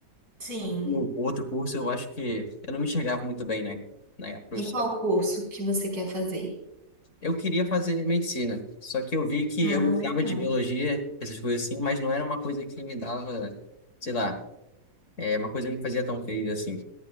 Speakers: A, on the right (about 55°); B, on the left (about 45°).
A: sim.
B: no outro curso, eu acho que eu não me enxergava muito bem, né, na profissão.
A: E qual curso que você quer fazer?
B: Eu queria fazer medicina, só que eu vi que
A: Ah,
B: eu gostava
A: legal.
B: de biologia, essas coisas assim, mas não era uma coisa que me dava, sei lá, é uma coisa que me fazia tão feliz assim.